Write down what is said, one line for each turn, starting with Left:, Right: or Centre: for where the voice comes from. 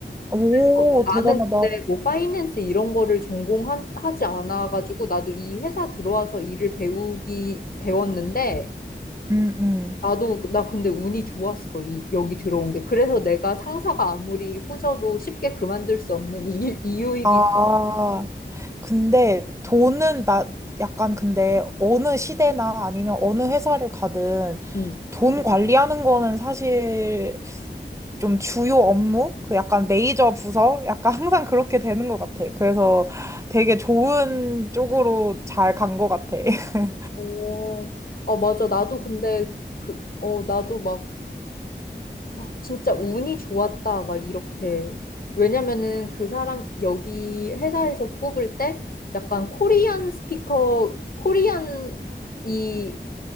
Right: 오,
Left: 그래서 뭐 나는
Right: 대단하다.
Left: 근데 뭐 파이낸스 이런 거를 전공하지 않아가지고 나도 이 회사 들어와서 일을 배우기 배웠는데
Right: 음, 음.
Left: 나도 나 근데 운이 좋았어 이, 여기 들어온 게 그래서 내가 상사가 아무리 후져도 쉽게 그만둘 수 없는 이, 이유이기
Right: 아, 근데 돈은 나 약간 근데 어느 시대나 아니면 어느 회사를 가든
Left: 응
Right: 돈 관리하는 거는 사실 좀 주요 업무? 그 약간 메이저 부서? 약간 항상 그렇게 되는 것 같아. 그래서 되게 좋은 쪽으로 잘 간 것 같아. <laughs>
Left: 오, 아, 맞아. 나도 근데 그, 어, 나도 막, 아, 진짜 운이 좋았다. 막 이렇게. 왜냐면은 그 사람, 여기 회사에서 뽑을 때 약간 코리안 스피커, 코리안이